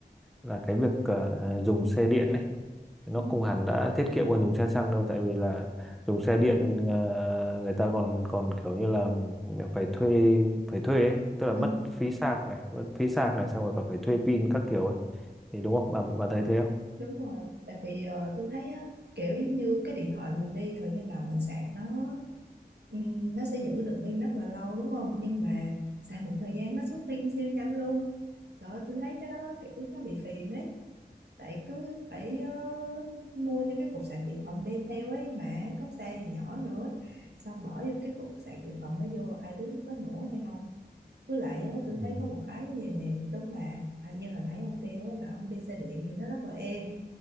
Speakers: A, in the centre; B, on the right.
A: là cái việc ờ, dùng xe điện này nó
B: ừ.
A: không hẳn đã tiết kiệm hơn dùng xe xăng đâu tại vì là dùng xe điện ờ, người ta còn còn kiểu như là phải thuê phải thuê ấy tức là
B: Ờ,
A: mất phí sạc này mất phí sạc này xong rồi còn phải thuê pin các kiểu ấy thì đúng không bà bà thấy thế
B: đúng rồi tại vì ờ, tôi thấy á, kiểu giống như cái điện thoại mình đi thời gian nào mình sạc nó ừ, nó sẽ giữ được pin rất là lâu đúng không nhưng mà xài một thời gian nó xuống pin siêu nhanh luôn Trời ơi, tôi thấy cái đó kiểu nó bị phiền ấy Tại cứ phải ờ, mua thêm cái cục sạc dự phòng đem theo ấy Mà cốc xe thì nhỏ nữa Xong bỏ vô cái cục sạc dự phòng đó vô Ai biết nó có nổ hay không Với lại á, tôi
A: không
B: thấy có một cái như vậy nè Đúng là à, như hồi nãy ông kêu á, là ông đi xe điện thì nó rất là êm